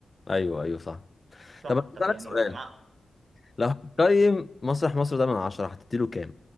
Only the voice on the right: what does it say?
صح
طب
يعني
يا جماعه